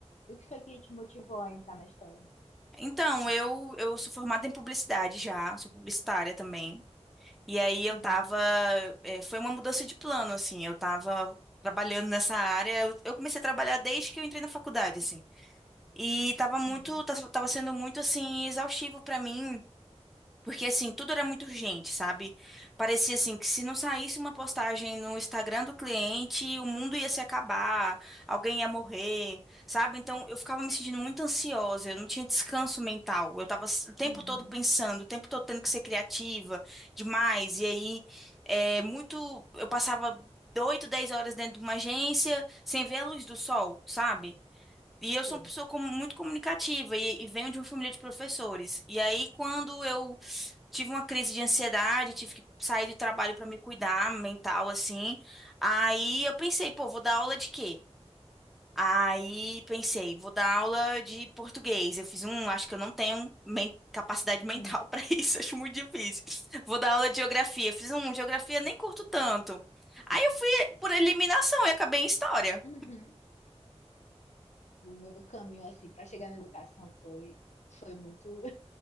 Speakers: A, on the left; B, in the centre.
A: E o que foi que te motivou a entrar na história?
B: Então, eu, eu sou formada em publicidade já, sou publicitária também. E aí eu
A: Uhum,
B: tava. eh, foi uma mudança de plano, assim. Eu tava trabalhando nessa área. Eu, eu comecei a trabalhar desde que eu entrei na faculdade, assim. E tava muito.
A: uhum,
B: Tava tava sendo muito, assim, exaustivo pra mim. Porque, assim, tudo era muito urgente, sabe? Parecia, assim, que se não saísse uma postagem no Instagram do cliente, o mundo ia se acabar, alguém ia morrer, sabe? Então, eu ficava me sentindo muito ansiosa, eu não tinha descanso mental. Eu tava s- o tempo
A: uhum,
B: todo pensando, o tempo todo tendo que ser criativa demais. E aí, é muito. Eu passava 8 10 horas dentro de uma agência sem ver a luz do sol, sabe? E eu
A: sei.
B: sou uma pessoa como- muito comunicativa e, e venho de uma família de professores. E aí, quando eu tive uma crise de ansiedade, tive que sair do trabalho para me cuidar mental, assim. Aí eu pensei, pô, vou dar aula de quê? Aí pensei, vou dar aula de português. Eu fiz um, acho que eu não tenho men- capacidade
A: <laughs>
B: mental
A: Uhum.
B: <laughs> para isso, acho muito difícil. Vou dar aula de geografia. Fiz um, geografia nem curto tanto. Aí eu fui por eliminação e acabei em história.
A: Uhum. O meu caminho, assim, para chegar na educação foi, foi muito.